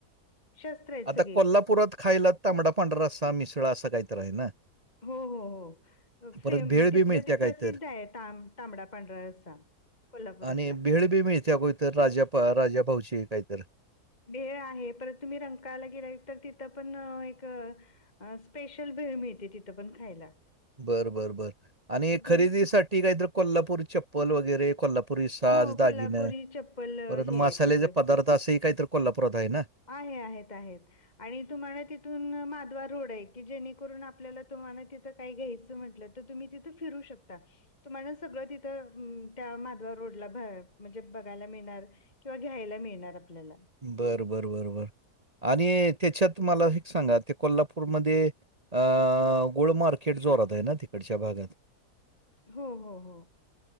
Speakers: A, on the left; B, on the right.
A: शस्त्र आहेत
B: आता
A: सगळे
B: कोल्हापुरात खायला तांबडा पांढरा रस्सा मिसळ असा काहीतरी आहे ना.
A: हो -हो हो
B: परत
A: फेम
B: भेळ बी
A: तिथल
B: मिळत्या
A: ते
B: काहीतरी
A: प्रसिद्ध आहे त तांबडा पांढरा रस्सा. कोल्हापुरातला
B: आणि बिळ बी मिळते्या गो इतर राजा राजाभाऊची काहीत
A: वेळ आहे. पर तुम्ही रमकायला गेला तर तिथ पण एक अ स्पेशल भेळ मिळते तिथ पण खायला.
B: बर बर बर आणि
A: मग
B: खरेदीसाठी
A: तुम्ही
B: काहीतरी कोल्हापूर चप्पल वगैरे. कोल्हापुरी साज,
A: हो
B: दागिनं,
A: कोल्हापुरी चप्पल अ,
B: परंत
A: हे आहे
B: मसालेचे
A: तिथं
B: पदार्थ, असहि काहीतर कोल्हापुरात हाय ना?
A: आहे, आहेत, आहे. आणि तुम्हाला तिथून माधवा रोड ये, की जेणेकरून आपल्याला तुम्हाला तिथ तिथं काई घ्यायचं म्हंटल त तुम्ही तिथं फिरू शकता, तुम्हाला सगळ तीथ म त्यां मा रोडला भ म्हणजे बघायला मिळणार किंवा घ्यायला मिळणार आपल्याला.
B: बरं बर बर बर. आणि त्याच्यात मला हे सांगा, ते कोल्हापूरमध्ये अ गूळ मार्केट जोरात ये ना, तिकडच्या भागात?
A: हों हों हो.